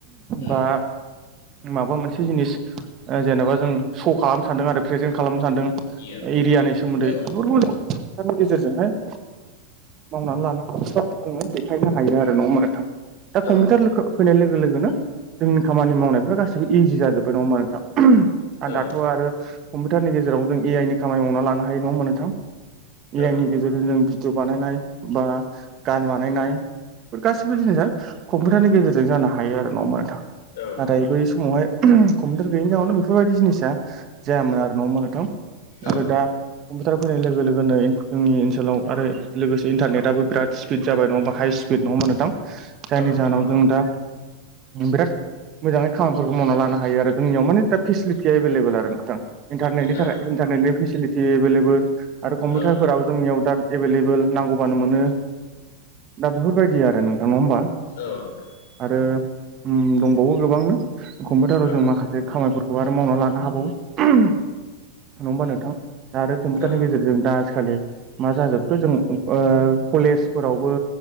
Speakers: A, on the left (about 75°); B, on the right (about 30°).
A: उम
B: बा माबा मोनसे जिनिस जेनेबा जों श' खालामनो सान्दों आरो प्रेजेन्ट खालामनो सान्दों।
A: इयो
B: एरियानि सोमोन्दै
A: औ
B: <unintelligible> गेजेरजोंहाय मावनानै लानो हायो जोङो देखायनो हायो आरो नङा होनबा नोंथां। दा
A: औ
B: कम्पिउटार
A: नोंथां
B: फैनाय लोगो लोगोनो जोंनि खामानि मावनायफ्रा गासैबो इजि जाजोब्बाय नङा होनबा नोंथां आरो
A: औ
B: दाथ' आरो कम्पिउटारनि गेजेराव जों ए आइ नि खामानि मावना लानो हायो नङा होनबा नोंथां। ए
A: औ
B: आइ नि गेजेरजों जों भिडिअ बानायनाय बा गान बानायनाय बे गासिबो जिनिसा कम्पिउटारनि गेजेरजों जानो हायो आरो नङा हानबा नोंथां
A: औ नोंथां
B: नाथाय बै समावहाय कम्पिउटार गैयैनि जाउनाव बेफोरबायदि जिनिसा जायामोन आरो न' होनबा नोंथां
A: औ
B: आरो दा कम्पिउटार फैनाय लोगो लोगो जोंनि ओनसोलाव आरो लोगोसे इन्टारनेटआबो बिराद स्पिड जाबाय नङाबा हाइ स्पिड नङा मोनोदां जायनि
A: औ नोंथां
B: जाहोनाव
A: औ नोंथां
B: जों दा बिराद मोजाङै खामानिफोरखौ मावना लानो हायो आरो जोंनियाव माने दा फेसिलिटिया एभेलेबेल आरो नोंथां इन्टारनेटनि
A: औ
B: थाखाय इन्टारनेटनि फेसिलिटि एभेलेबेल आरो कम्पिउटारफोराबो
A: औ
B: जोंनियाव दा एभेलेबेल नांगौबानो मोनो दा बेफोरबायदि आरो नोंथांनाव होमबा
A: औग <inaudible>
B: आरो दंबावो गोबांनो कम्पिउटाराव
A: औ
B: जों माखासे
A: औ
B: बे खामानिफोरखौ आरो मावना लानो हाबावो नङ होनबा नोंथां दा आरो कम्पिउटारनि
A: औ
B: गेजेरजों जों दा आजिखालि मा जाजोबखो जों कलेजफोरावबो